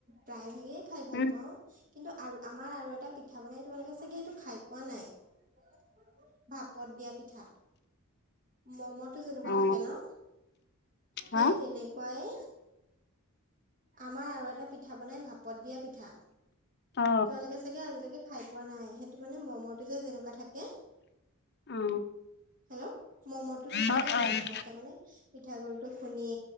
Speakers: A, on the right (about 35°); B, on the left (about 45°).
A: প্ৰায় ভাগেই খাই ভাল
B: উম
A: পাওঁ কিন্তু আৰু আমাৰ আৰু এটা পিঠা বনাই তোমালোকে চাগে সেইটো খাই পোৱা নাই ভাপত দিয়া পিঠা মমো যেনেকুৱা
B: অ
A: থাকে ন
B: হা
A: সেই তেনেকুৱাই আমাৰ আৰু এটা পিঠা বনাই ভাপত দিয়া পিঠা
B: অ
A: তোালোকে চাগে আজিলৈকে খাই পোৱা নাই সেইটো মানে ম'মতটো যেনেকুৱা থাকে
B: অ
A: হেল্ল' ম'ম'টো নিচিনাকে
B: অ
A: বনোৱা হয় তাৰমানে পিঠাাগুৰি টো খুন্দি